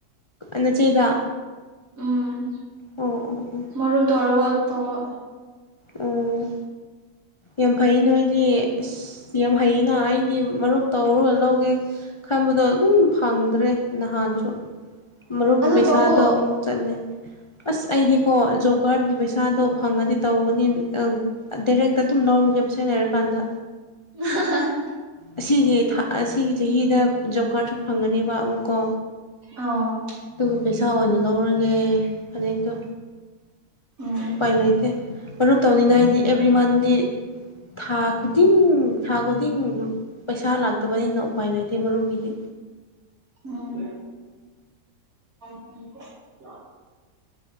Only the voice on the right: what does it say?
ꯎꯝ
ꯃꯔꯨꯞ ꯇꯧꯔꯒ ꯇꯧꯕ
ꯑꯗꯨ
ꯇꯧꯋꯣ
ꯑꯍꯥ ꯑꯍꯥ
ꯑꯥ
ꯎꯝ
ꯎꯝ <unintelligible>